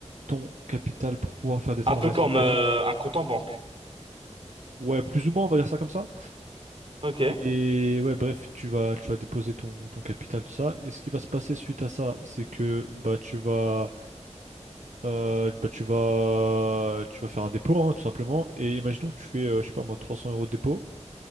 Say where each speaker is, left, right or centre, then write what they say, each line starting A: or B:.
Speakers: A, on the right; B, on the right.
A: ton capital pour pouvoir faire des transactions
B: Un peu comme
A: de trading.
B: euh, un compte en banque.
A: Ouais, plus ou moins, on va dire ça comme ça.
B: Ok,
A: Et ouais, bref, tu vas, tu vas déposer ton, ton capital, tout ça. Et ce qui va se passer suite à ça, c'est que bah tu vas, euh, bah, tu vas, tu vas faire un dépôt, hein, tout simplement. Et imaginons que tu fais, euh, je sais pas moi, 300 euros de dépôt.